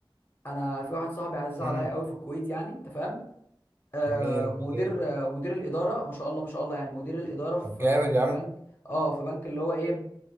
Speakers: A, on the left (about 25°); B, on the right (about 25°).
A: انا في واحد صاحبي عزيز عليا
B: امم
A: قوي في الكويت يعني انت فاهم آه
B: جميل وبعدين؟
A: مدير آه مدير الاداره ما شاء الله ما شاء الله يعني مدير الاداره في
B: طب جامد يا
A: في
B: عم
A: بنك اه في بنك اللي هو ايه